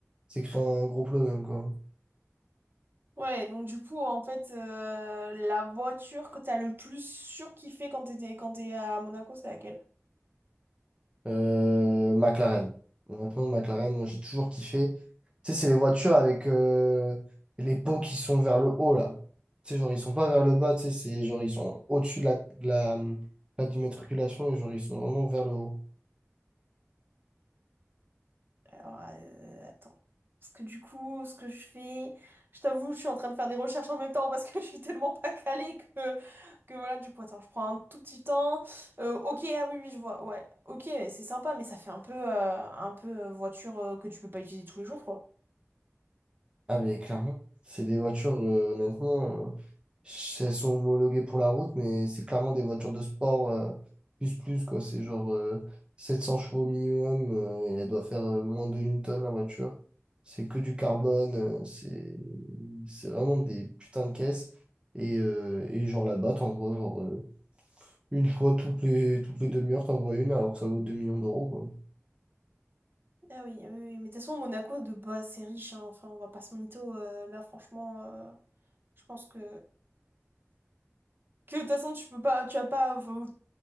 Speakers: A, on the right; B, on the right.
A: c'est créer un gros problème quoi.
B: Ouais, donc du coup, en fait, euh, la voiture que t'as le plus surkiffé quand t'étais, quand t'es à Monaco, c'est laquelle?
A: Euh, McLaren. Honnêtement, McLaren, moi j'ai toujours kiffé. Tu sais, c'est les voitures avec euh, les pots qui sont vers le haut là. Tu sais, genre ils sont pas vers le bas, tu sais, c'est genre ils sont au-dessus de la, de la, de la d'immatriculation et genre ils sont vraiment vers le haut.
B: Alors, euh, attends. Parce que du coup, ce que je fais, je t'avoue, je suis en train de faire des recherches en même temps parce que <laughs> je suis tellement pas calée que, que voilà, du coup, attends, je prends un tout petit temps. Euh, ok, ah oui, oui, je vois, ouais. Ok, c'est sympa, mais ça fait un peu, euh, un peu euh, voiture euh, que tu peux pas utiliser tous les jours, quoi.
A: Ah mais clairement, c'est des voitures, euh, honnêtement, euh, ch- elles sont homologuées pour la route, mais c'est clairement des voitures de sport euh, plus plus quoi. C'est genre euh, 700 chevaux minimum euh, et elle doit faire euh, moins de une tonne la voiture. C'est que du carbone, euh, c'est c'est vraiment des putains de caisses. Et, euh, et genre là-bas, t'envoies genre euh, une fois toutes les toutes les demi-heures, t'envoies une alors que ça vaut deux millions d'euros
B: Ah oui, oui, oui. mais de toute façon, Monaco, de base, c'est riche, hein. Enfin, on va pas se mytho, euh, là, franchement, euh, je pense que... Que de toute façon, tu peux pas, tu vas pas euh,